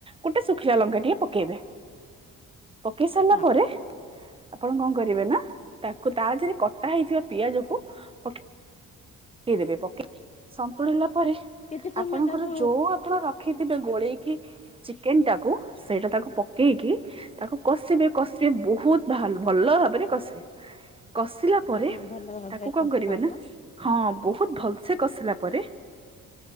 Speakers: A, on the right (about 20°); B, on the left (about 25°).
A: ଗୋଟେ ଶୁଖିଲା ଲଙ୍କା ଟିଏ ପକେଇବେ। ପକେଇ ସାରିଲା
B: ହଁ
A: ପରେ। ଆପଣ କଣ କରିବେ ନା ତାକୁ ତା ଦିହରେ କଟା ହେଇଥିବା ପିଆଜକୁ ପକେଇ। ପକେଇଦେବେ ପକେଇ ସନ୍ତୁଳିଲା ପରେ
B: କେତେ ସମୟ
A: ଆପଣଙ୍କର
B: ତାକୁ
A: ଯୋଉ ଆପଣ ରଖି ଏବେ ଗୋଳେଇକି ଚିକେନ ଟାକୁ। ସେଇଟା ତାକୁ ପକେଇକି ତାକୁ କଷିବେ କଷିବେ ବହୁତ ଭା ଭଲ ଭାବରେ କଷିବେ। କଷିଲା ପରେ
B: ହଁ ଭଲ ଭାବରେ
A: ତାକୁ କଁ
B: କଷା
A: କରିବେ
B: ହବ
A: ନା। ହଁ ବହୁତ୍ ଭଲସେ କସିଲା ପରେ।